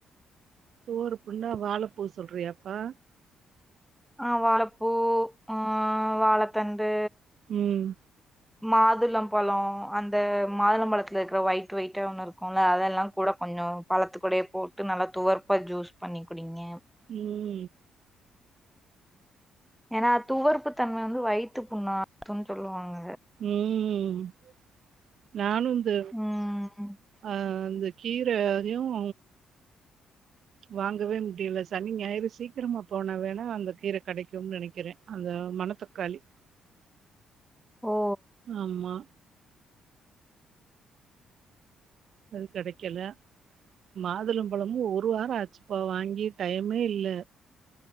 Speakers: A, on the right; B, in the centre.
A: துவர்ப்புன்னா வாழப்பூ சொல்றியாப்பா
B: ஆஹ் வாழப்பூ ஆஹ் வாழத்தண் டூ
A: ம்
B: மாதுளம் பழம் அந்த மாதளம்பழத்தில்ல இருக்கிற ஒயிட் ஒயிட்டா ஒன்னு இருக்கும் அதெல்லாம் கூட கொஞ்சம் பழத்துக்குடைய போட்டு நல்லா துவர்ப் ப்போ ஜூஸ் பண்ணிக்குடிங்க
A: உம்
B: ஏன்னா துவர்ப்பு தன்ம வந்து வயித்து புண்ண ஆத்துன்னு சொல்வாங்க
A: உம் <inaudible> நானும் இந்த
B: ம்
A: அஹ் கீர அதையும் வாங்கவே முடியல சனி ஞயிரு சீக்கிரமா போனா வேணா அந்த கீர கெடைக்கும்னு நெனைக்கிறேன் அந்த மணத்தக்காளி
B: ஓ
A: ஆமா அது கெடைக்கல மாதுளம்பழமும் ஒரு வாரம் ஆச்சுப்பா வாங்கி டைமே இல்ல